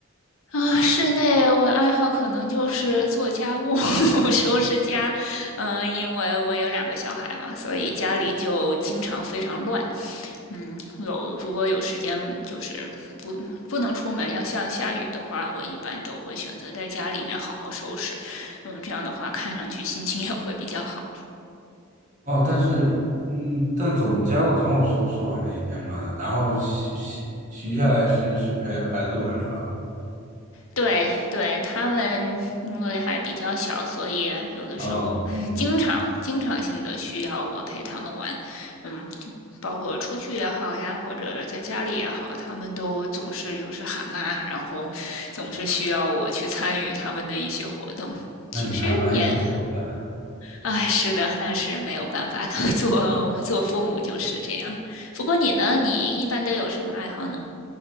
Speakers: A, on the left; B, on the right.
A: 啊，室内我爱好可能就是做家务、<laughs> 收拾家。嗯，因为我有两个小孩嘛，所以家里就经常非常乱。嗯，有如果有时间，就是不不能出门，要像下雨的话，我一般都会选择在家里面好好收拾。嗯，这样的话看上去心情也会比较好。
B: 哦，但是，嗯，但总家我总有收拾完的一天嘛，然后洗洗洗下来时间是陪孩子玩耍嘛。
A: 对对，他们因为还比较小，所以有的时候经常经常性的需要我陪他们玩，
B: 哦，嗯，
A: 嗯，就包括出去也好呀，或者在家里也好，他们都总是有时喊妈，然后总是需要我去参与他们的一些活动。
B: 那你还蛮辛苦的。
A: 其实也，哎，是的，那是没有办法的，<laughs> 做做父母就是这样。不过你呢？你一般都有什么爱好呢？